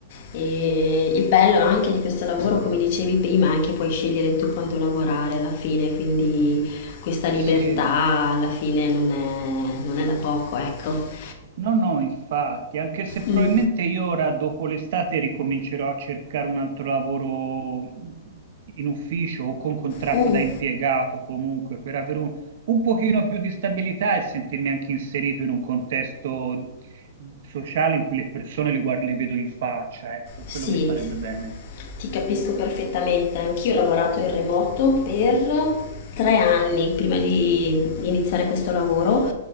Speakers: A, on the left (about 40°); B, on the right (about 50°).
A: E il bello anche di questo lavoro, come dicevi prima, è che puoi scegliere tu quando lavorare alla fine, quindi questa libertà
B: sì.
A: alla fine non è, non è da poco, ecco.
B: No, no, infatti, anche se
A: Mm.
B: probabilmente io ora dopo l'estate ricomincerò a cercare un altro lavoro in ufficio o con contratto
A: Mm,
B: da impiegato comunque per avere un, un pochino più di stabilità e sentirmi anche inserito in un contesto sociale in cui le persone le, guard- le vedo in faccia, ecco,
A: sì,
B: quello mi farebbe bene.
A: ti capisco perfettamente. Anch'io ho lavorato in remoto per tre anni prima di iniziare questo lavoro